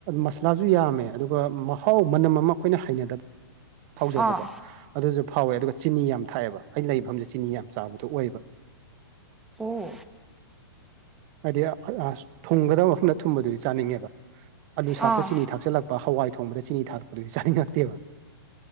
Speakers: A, on the right; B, in the centre.
A: ꯃꯁꯂꯥꯖꯨ ꯌꯥꯝꯃꯦ ꯑꯗꯨꯒ ꯃꯍꯥꯎ ꯃꯅꯝ ꯑꯃ ꯑꯩꯈꯣꯏꯅ ꯍꯩꯅꯗꯕ ꯐꯥꯎꯖꯕꯀꯣ
B: ꯑꯥ
A: ꯑꯗꯨꯖꯨ ꯐꯥꯎꯋꯦ ꯑꯗꯨꯒ ꯆꯤꯅꯤ ꯌꯥꯝ ꯊꯥꯛꯑꯦꯕ ꯑꯩꯅ ꯂꯩ ꯃꯐꯝꯖꯦ ꯆꯤꯅꯤ ꯌꯥꯝ ꯆꯥꯕꯗꯣ ꯑꯣꯏꯕ
B: ꯑꯣ
A: ꯍꯥꯏꯗꯤ ꯑ ꯑꯁ ꯊꯨꯝꯒꯗꯕ ꯃꯐꯝꯗ ꯊꯨꯝꯕꯗꯨꯗꯤ ꯆꯥꯅꯤꯡꯉꯦꯕ ꯑꯂꯨ ꯁꯥꯛꯇ
B: ꯑꯥ
A: ꯆꯤꯅꯤ ꯊꯥꯛꯆꯜꯂꯛ ꯄ ꯍꯋꯥꯏ ꯊꯣꯡꯕꯗ ꯆꯤꯅꯤ ꯊꯥꯂꯛꯄꯗꯨꯗꯤ ꯆꯥꯅꯤꯡꯉꯛꯇꯦꯕ